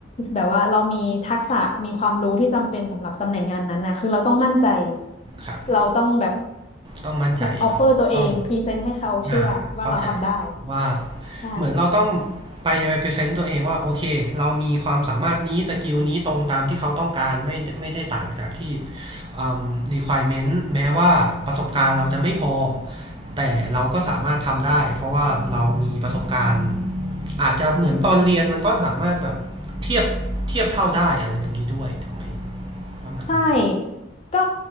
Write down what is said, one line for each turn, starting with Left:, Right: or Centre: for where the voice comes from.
Left: แบบว่าเรามีทักษะมีความรู้ที่จำเป็นสำหรับตำแหน่งงานนั้นนะคือเราต้องมั่นใจ
Right: ครับ
Left: เราต้องแบบ
Right: ต้องมั่นใจเนาะต้อง
Left: ออฟเฟอร์ตัวเองพรีเซนต์ให้เขาเชื่อว่าเราทำได้
Right: อ่าเข้าใจว่า
Left: ใช่
Right: เหมือนเราต้องไป represent ตัวเองว่าโอเคเรามีความสามารถนี้สกิลนี้ตรงตามที่เขาต้องการไม่ไม่ได้ต่างจากที่อืม requirement แม้ว่าประสบการณ์เราจะไม่พอแต่เราก็สามารถทำได้เพราะว่าเรามีประสบการณ์อาจจะเหมือนตอนเรียนมันก็สามารถแบบเทียบเทียบเท่าได้อะไรแบบนี้ด้วยถูกไหมประมาณนั้น
Left: ใช่ ก็